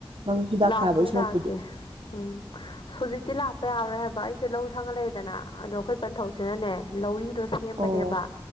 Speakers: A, on the right; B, on the left.
A: ꯅꯪ ꯍꯤꯗꯥꯛ
B: ꯂꯥꯛꯀꯦ
A: ꯊꯥꯕꯒꯤ ꯁꯨꯔꯛꯄꯨꯗꯤ
B: ꯂꯥꯛꯀꯦ ꯎꯝ ꯍꯧꯖꯤꯛꯇꯤ ꯂꯥꯛꯄ ꯌꯥꯔꯣꯏ ꯍꯥꯏꯕ ꯑꯩꯁꯦ ꯂꯧ ꯁꯪꯉ ꯂꯩꯔꯦꯗꯅ ꯑꯗꯣ ꯑꯩꯈꯣꯏ ꯄꯟꯊꯧꯁꯤꯅꯅꯦ ꯂꯧꯔꯤꯗꯣ ꯁꯦꯝꯕꯅꯦꯕ
A: ꯑꯣ